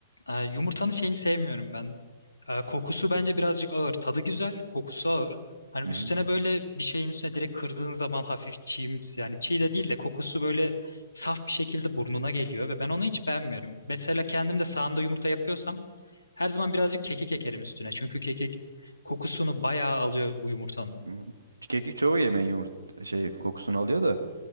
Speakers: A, on the left; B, on the right.
A: e, yumurtanın şeyini sevmiyorum ben. E, kokusu bence birazcık ağır. Tadı güzel, kokusu ağır. Hani
B: Hı
A: üstüne
B: hı.
A: böyle bir şeyin üstüne direkt kırdığın zaman hafif çiğimsi yani çiğ de değil de kokusu böyle saf bir şekilde burnuna geliyor ve ben onu hiç beğenmiyorum. Mesela kendim de sahanda yumurta yapıyorsam her zaman birazcık kekik ekerim üstüne. Çünkü kekik kokusunu bayağı alıyor bu yumurtanın.
B: hı hı. Kekik çoğu yemeğin yumurta şey kokusunu alıyor da.